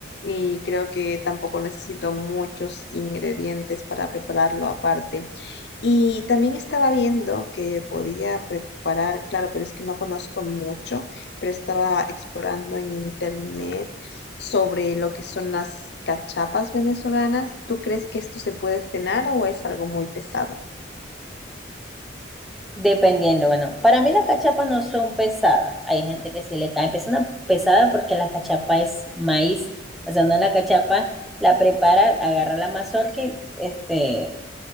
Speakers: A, on the left; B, in the centre.
A: y creo que tampoco necesito muchos ingredientes para prepararlo aparte. Y también estaba viendo que podía preparar, claro, pero es que no conozco mucho, pero estaba explorando en internet sobre lo que son las cachapas venezolanas. ¿Tú crees que esto se puede cenar o es algo muy pesado?
B: Dependiendo, bueno, para mí las cachapas no son pesadas. Hay gente que sí le cae pesada, pesada porque la cachapa es maíz. O sea, uno la cachapa la prepara, agarra la mazorca, y, este,